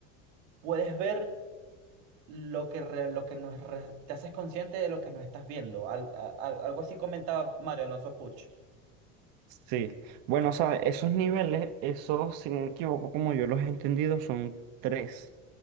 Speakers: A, on the right; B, on the right.
A: puedes ver lo que, re- lo que no es re- te haces consciente de lo que no estás viendo. Al- a- al- algo así comentaba Mario Alonso Puch.
B: Sí. Bueno, sabes, esos niveles, esos, si no me equivoco, como yo los he entendido, son tres.